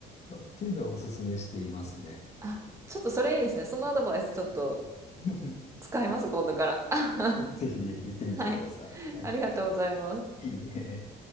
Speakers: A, on the left; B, on the right.
A: っていうのはおすすめしていますね。
B: あ、ちょっとそれいいですね。そのアドバイスちょっと
A: <laughs>
B: 使います、今度から。<laughs>
A: ぜひぜひ言ってみてください。
B: はい。
A: はい、
B: ありがとうございます。
A: いいね。